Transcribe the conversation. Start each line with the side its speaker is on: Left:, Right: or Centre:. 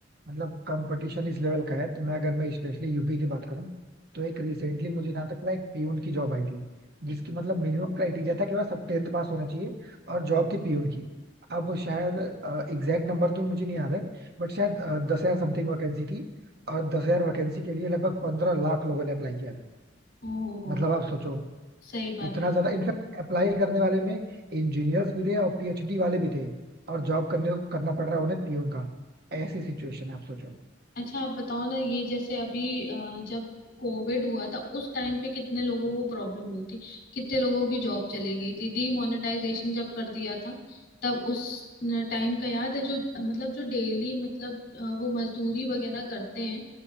Right: मतलब कंपटीशन इस लेवल का है तो मैं अगर मैं स्पेशली यूपी की बात करूं तो एक रिसेंटली मुझे जहां तक पता है, एक पीयून की जॉब आई थी जिसकी मतलब मिनिमम क्राइटेरिया था कि वह सब टेंथ पास होना चाहिए और जॉब थी पीयून की अब शायद एग्जैक्ट नंबर तो मुझे नहीं याद है बट शायद दस हजार समथिंग वैकेंसी थी और दस हजार वैकेंसी के लिए लगभग पंद्रह लाख लोगों ने अप्लाई किया था
Left: हो हो हो
Right: मतलब आप सोचो
Left: सही बात
Right: इतना
Left: है
Right: ज्यादा इनफैक्ट अप्लाई करने वाले में इंजीनियर्स भी थे और पीएचडी वाले भी थे और जॉब करने करना पड़ रहा है उन्हें पीयून का ऐसी सिचुएशन है आप सोचो
Left: अच्छा आप बताओ ना ये जैसे अभी अ, जब कोविड हुआ था उस टाइम पे कितने लोगों को प्रॉब्लम हुई थी कितने लोगों की जॉब चली गई थी डीमोनेटाइजेशन जब कर दिया था तब उस न- टाइम का याद है जो मतलब जो डेली मतलब अ, वो मजदूरी वगैरह करते हैं